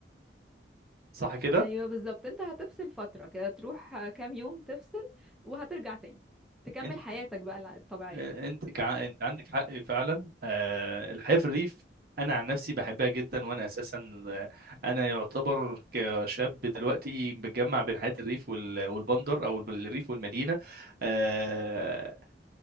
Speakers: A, on the right; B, in the centre.
A: صح كده
B: ايوه بالظبط انت هتفصل فترة كده تروح كام يوم تفصل وهترجع تاني تكمل
A: انت
B: حياتك بقى الع- الطبيعية
A: انت كع... انت عندك حق فعلا آه الحياه في الريف انا عن نفسي بحبها جدا وانا اساسا آه، انا يعتبر كشاب دلوقتي بتجمع بين حياه الريف وال... والبندر او الريف والمدينه آه،